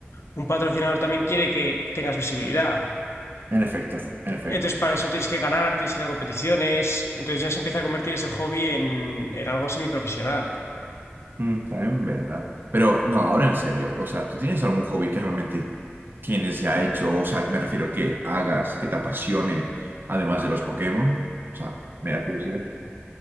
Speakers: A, on the left; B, on the right.
A: un patrocinador también quiere que tengas visibilidad.
B: en efecto, en efecto.
A: Entonces, para eso tienes que ganar, tienes que ir a competiciones. Entonces, ya se empieza a convertir ese hobby en, en algo semiprofesional.
B: Mm, también, ¿verdad? Pero, no, ahora en serio, o sea, ¿tú tienes algún hobby que realmente tienes ya hecho? O sea, me refiero que hagas, que te apasione, además de los Pokémon. O sea, me da curiosidad.